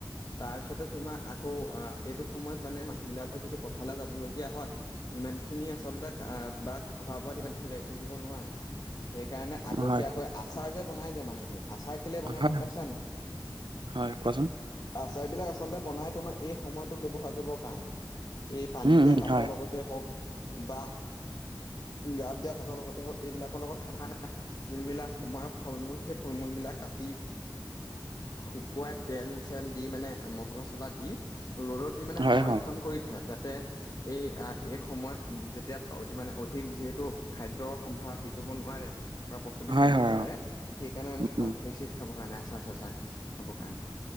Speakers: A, on the left; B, on the right.
A: তাৰপিছতে তোমাৰ আকৌ, আহ এইটো সময়ত মানে মানুহ বিলাকৰ যিটো পথাৰলে যাবলগীয়া হয় ইমান খিনি আচলতে বা খোৱা বোৱাত ইমান খিনি লাগি থাকিব নোৱাৰে। সেইকাৰণে আগতীয়াকৈ
B: হয়
A: আচাৰ যে বনাই যে মানুহে, আচাৰ কেলে বনাই
B: হয়
A: গম
B: হয়
A: পাইছা নাই?
B: হয়, কোৱাচোন।
A: আচাৰ বিলাক আচলতে বনাই তোমাৰ, এই সময়তোত ব্যৱহাৰ কৰিবৰ কাৰণে। এই পানী
B: উম
A: দিয়া
B: উম
A: ভাতৰ
B: হয়
A: লগত হওক বা <unintelligible> দিয়া ভাতৰ লগতে হওক, এইবিলাকৰ লগত খ খানা যোনবিলাক সময়ৰ ফল-মূল, সেই ফল-মূল বিলাক কাটি শুকুৱাই তেল চেল দি মানে, মচলা চচলা দি ৰ'দত দি মানে
B: হয়
A: সংৰক্ষণ
B: হয়
A: কৰি থয়। যাতে এই এই সময়ত যেতিয়া মানে, অধিক যিহেতু খাদ্যৰ সম্ভাৰ হেৰি কৰিব নোৱাৰে প্ৰস্তুতি
B: হয়
A: কৰিব
B: হয় হয়
A: নোৱাৰে,
B: অ
A: সেই কাৰণে
B: উম
A: হে চেৰি খাব কাৰণে আচাৰ-চাচাৰ খাবৰ কাৰণে।